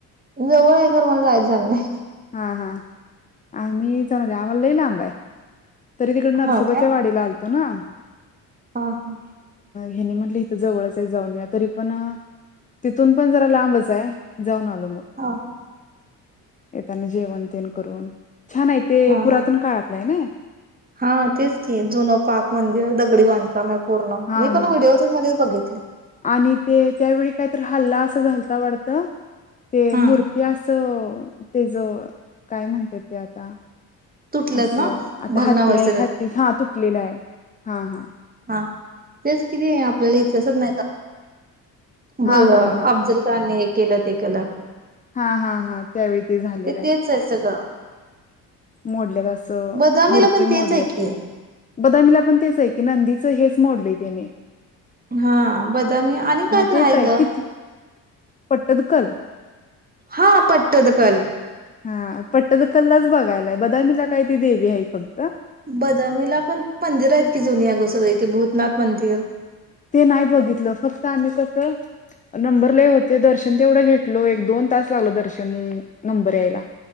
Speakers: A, on the right; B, on the left.
A: जवळ आहे खर मला जायच झालं नाही.
B: <unintelligible> तरी तिकडे नसोबाच्या
A: हा काय
B: वाडीला आलते.... <unintelligible>
A: हा हा
B: हेनी म्हटले इथे जवळच आहे जाऊन येऊया तरी पण तिथून पण जरा लांबच आहे..... मम
A: हा
B: येताना जेवण तेन करून, छान आहे ते
A: हा हा
B: पुरातन काळातलं आहे ना.
A: हा तेच की जुनं पाक मंदिर दगडी बांधकाम आहे पूर्ण
B: हा
A: मी पण
B: हा
A: व्हिडिओतेन मध्येच बघिते. <inaudible>
B: आणि ते त्यावेळी काहीतर हल्ला असा झालता वाढत. ते
A: हा
B: मूर्ती असं.. ते ज काय म्हणत्यात ते आता...
A: तुटल्यात
B: असं
A: ना
B: आता
A: भग्नावस्थेत
B: हत्ती आहे
A: आहेत
B: हत्ती हा.... <unintelligible>
A: हा तेच कि ते आपल्याला इथच नाही...
B: हा
A: भ
B: हा
A: अफजल
B: हा
A: खान... केलं ते कला..
B: हा हा हा त्यावेळी ते झालेलं आहे.
A: तेच सगळं
B: मोडलेल असं
A: बदामीला
B: मूर्ती
A: पण तेच
B: मोडल्या
A: आहे की
B: त्यानी बदामीला.... पण तेच आहे की नंदीच हेच मोडलं त्यानी....
A: हा बदामी आणि काय तर
B: तेच
A: हाय
B: आहे
A: ग.
B: किती पट्टदकल
A: हा पटत द कल...
B: हा पट्टद कल्लाच बघायला आहे, बदामीला काय ती देवी आहे फक्त.
A: बदामीला पण मंदिर आहेत की जुनी अग सगळी. ते भूतनाथ मंदिर,
B: ते नाही बघितलं. फक्त आम्ही कस नंबर लय होते दर्शन तेवढं घेतलो, एक दोन तास लागल दर्शन नंबर यायला.